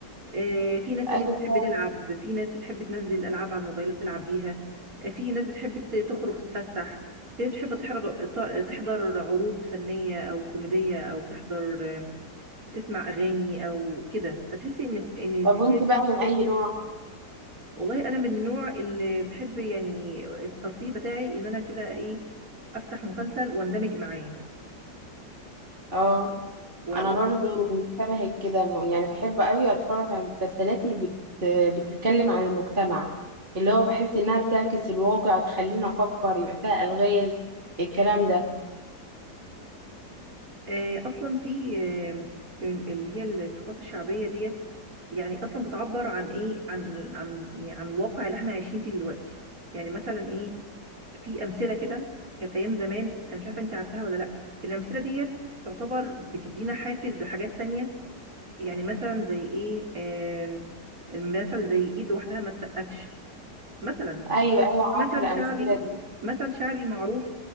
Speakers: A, on the right (about 55°); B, on the right (about 30°).
A: آه، في ناس تانية
B: ايوه
A: بتحب
B: فعلا
A: تلعب في ناس بتحب تنزل العاب على الموبايلات تلعب بيها آه، في ناس بتحب ت- تخرج تتفسح في ناس بتحب تحضر تحضر عروض فنيه او كوميديه او تحضر تسمع اغاني او كده فتحسي ان ان
B: طب
A: الدنيا
B: وانت بقى من اي نوع
A: والله انا من النوع اللي بحب يعني الترفيه بتاعي ان انا كده ايه افتح مسلسل واندمج معاه
B: اه
A: و...
B: انا
A: و...
B: برضو شبهك كده م- يعني بحب قوي اتفرج على المسلسلات اللي بت... بتتكلم عن المجتمع اللي هو بحس انها بتعكس الواقع تخلينا افكر يبقى فيها الغاز الكلام ده
A: آه اصلا في آه ال- اللي هي الثقافه الشعبيه ديت يعني اصلا بتعبر عن ايه عن عن يعني عن الواقع اللي احنا عايشين فيه دلوقتي يعني مثلا ايه في امثله كده كانت ايام زمان انا مش عارفه انت عارفاها ولا لا الامثله ديت تعتبر بتدينا حافز لحاجات تانية يعني مثلا زي ايه آم، المثل زي ايد لوحدها ما تسقفش مثلا
B: ايوه ايوه
A: مثل
B: عارفه الامثله
A: شعبي
B: دي
A: مثل شعبي معروف